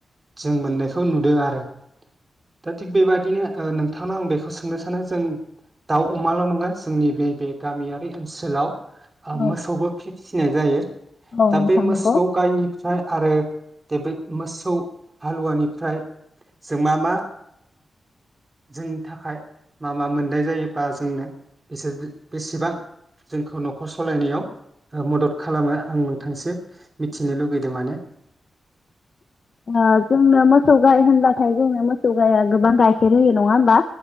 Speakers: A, on the right (about 20°); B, on the left (about 45°).
A: जों मोननायखौ नुदों आरो दा थिग बेबायाददिनो नों नोंथांनाव आं बेखौ सोंनो सानो जों दाव अमाल नंङा जोंनि नैबे गामियारि ओनसोलाव ओ
B: औ
A: मोसौबो फि-फिसिनाय जायो
B: औ
A: दा
B: नोंथां
A: बे मोसौ
B: नंगौ
A: गायनिफ्राय आरो बे बे मोसौ हालुवानिफ्राय जों मा मा जोंनि थाखाय मा मा मोननाय जायोबा जोंनो बिसोर बेसेबां जोंखौ न'खर सालायनायाव ओ मदद खालामो आं नोंथांसो मिथिनो लुगैदों माने
B: ओ जोंनो मोसौ गाइ होनबाथाय जोंनो मोसौ गाइआ गोबां गाइखेर होयो नङा होमबा